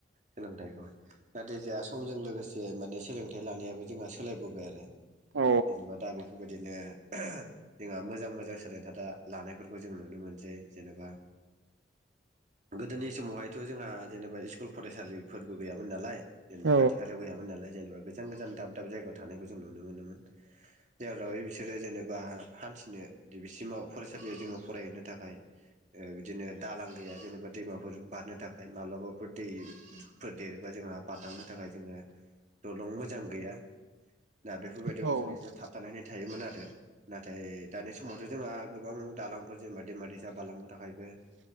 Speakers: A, on the right; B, on the right.
A: सोलोंथाइखौहाय नाथाय जोंहा समजों लोगोसे माने सोलोंथाइ लानायाबो जोंहा सोलायबोबाय आरो
B: औ
A: जेनेबा दा बेफोरबायदिनो जोंहा मोजां मोजां सोलोंथाय लानायफोरखौ जों नुनो मोनसै जेनबा गोदोनि समावहायथ' जोंहा जेनबा स्कुल फरायसालिफोरबो गैयामोन नालाय जेनबा
B: औ
A: खाथि खालायाव गैयामोन नालाय जेनबा गोजान गोजान दाब दाब जायगायाव थानायखौ जों नुनो मोनोमोन जेरै बिसोरो जेनबा हान्थिनो बिसिमाव फरायसालियाव जोङो फरायहैनो थाखाय बिदिनो दालां गैया जेनेबा दैमाफोर बारनो थाखाय मा माब्लाबाफोर दैफोर देरोबा जोंहा बारलांनो थाखाय जोङो दलं मोजां गैया दा बेफोरबायदियावबो
B: औ
A: जों एसे थाबथानानै थायोमोन आरो नाथाय दानि समावथ' जोंहा गोबां दालांफोर जेनबा दैमा दैसा बारलांनो थाखायबो